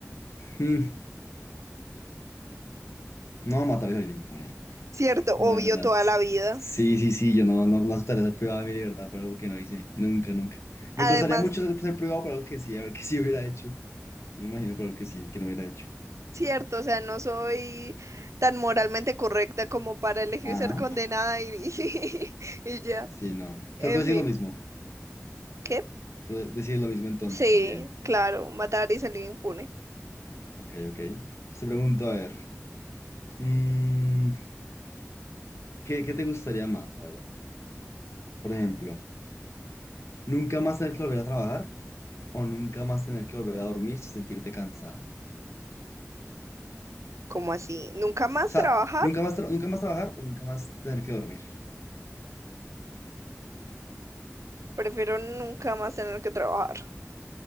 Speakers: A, on the left; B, on the right.
A: Mm, no, matar es salir impune,
B: Cierto,
A: la
B: obvio
A: verdad.
B: toda la vida.
A: Sí, sí, sí, yo no, no, no aceptaría ser privado de mi libertad por algo que no hice, nunca, nunca. Me
B: Además,
A: costaría mucho ser, ser privado por algo que sí, a ver que sí hubiera hecho. no Me imagino, pero que sí, que no hubiera hecho.
B: cierto, o sea, no soy tan moralmente correcta como para elegir
A: Ajá,
B: ser condenada y, <laughs> y ya.
A: sí, no. O
B: En
A: sea, tú decís
B: fin,
A: lo mismo.
B: ¿qué?
A: Tú de- decís lo mismo entonces
B: Sí,
A: también.
B: claro, matar y salir impune.
A: Ok, ok. Entonces te pregunto, a ver, mm, ¿qué, qué te gustaría más? A ver, por ejemplo, ¿nunca más tener que volver a trabajar o nunca más tener que volver a dormir sin sentirte cansado?
B: ¿Cómo así? ¿Nunca
A: O
B: más
A: sea,
B: trabajar?
A: ¿nunca más, tra- nunca más trabajar o nunca más tener que dormir?
B: Prefiero nunca más tener que trabajar.